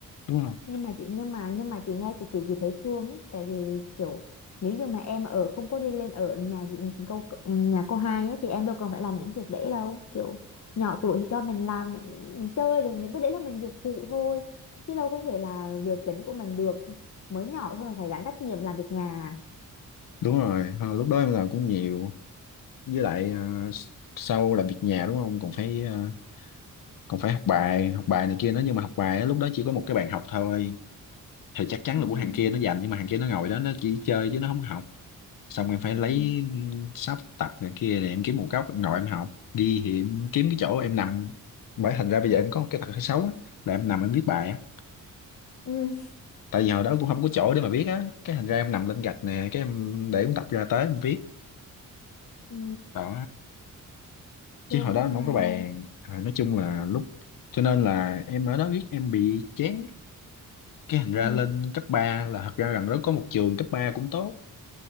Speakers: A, on the left; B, on the left.
A: đúng không
B: nhưng mà chị nhưng mà nhưng mà chị nghe chị chị, chị thấy thương ấy tại vì kiểu nếu như mà em ở không có đi lên ở nhà chị câu nhà cô hai ấy, thì em đâu cần phải làm những việc đấy đâu kiểu nhỏ tuổi thì cho mình làm những mình chơi được những cái đấy là mình việc phụ thôi chứ đâu có thể là việc chính của mình được mới nhỏ thôi mà phải gánh trách nhiệm làm việc nhà à.
A: đúng rồi à, lúc đó em làm cũng nhiều với lại à, s- sau làm việc nhà đúng không còn phải à, còn phải học bài học bài này kia nữa nhưng mà học bài á, lúc đó chỉ có một cái bàn học thôi thì chắc chắn
B: ừ
A: là của hàng kia nó dành nhưng mà hàng kia nó ngồi đó nó chỉ chơi chứ nó không học xong em phải lấy
B: ừ
A: sắp tập này kia để em kiếm một góc em ngồi em học đi thì em kiếm cái chỗ em nằm bởi thành ra bây giờ em có một cái tật hơi xấu á, là em nằm em viết bài á
B: ừ.
A: tại vì hồi đó cũng không có chỗ để mà viết á cái thành ra em nằm lên gạch nè cái em để em tập ra tới em viết
B: ừ
A: đó chứ
B: thương
A: hồi đó
B: quá
A: em
B: ha
A: không có bàn Rồi nói chung là lúc cho nên là em ở đó viết em bị chán cái thành ra
B: ừ
A: lên cấp 3 là thật ra gần đó có một trường cấp 3 cũng tốt